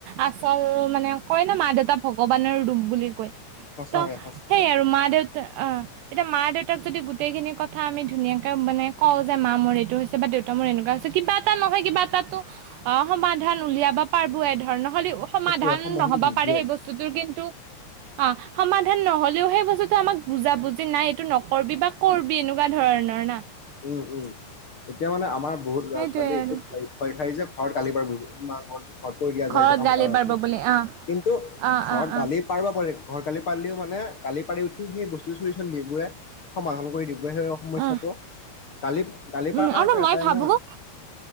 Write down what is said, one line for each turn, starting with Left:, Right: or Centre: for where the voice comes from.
Right: আচল মানে কয় ন মা দেউতা ভগৱানৰ দুব বুলি কৈ
Left: সঁচাকে
Right: ত
Left: সঁচাকে
Right: সেই আৰু মা দেউতা অ যেতিয়া মা দেউতাক যদি গোটেই খিনি কথা আমি ধুনীয়াকে মানে কওঁ যে মা মোৰ এইটো হৈছে বা দেউতা মোৰ এনেকুৱা হৈছে। কিবা এটা নহয় কিবা এটো অ সমাধান উলিয়াবা পাৰব এ ধৰণৰ নহ'লেও সমাধান
Left: সেইটোৱে
Right: নহ'বা
Left: নোহোৱে।
Right: পাৰে সেই বস্তুটোৰ কিন্তু অ সমাধান নহ'লেও সেই বস্তুটো আমাক বুজা বুজি যে নাই এইটো নকবি বা কৰবি এনেকুৱা ধৰণৰ না
Left: উম উম এতিয়া মানে আমাৰ বহুত ল'ৰা
Right: সেইটোয়ে
Left: ছোৱালী এইটো
Right: আৰু
Left: ভ ভয় খাই যে ঘৰত গালি পাৰিব বুলি মা ঘৰ ঘৰত কৈ দিয়া
Right: ঘৰত
Left: যায় এইটো কাম
Right: গালি
Left: কৰা
Right: পাৰিব
Left: আপুনি
Right: বুলি অ
Left: কিন্তু
Right: অ
Left: ঘৰত
Right: অ অ
Left: গালি পাৰব পাৰি ঘৰত গালি পাৰিলেও মানে গালি পাৰি উঠি। সেইখিনি বস্তু চলিচন দিবই সমাধান কৰি দিবই সেই সমস্যাটো।
Right: উম
Left: গালি গালি
Right: উম
Left: পৰা কাৰণো
Right: আৰু
Left: এটাই
Right: মই ভাবো
Left: নাই।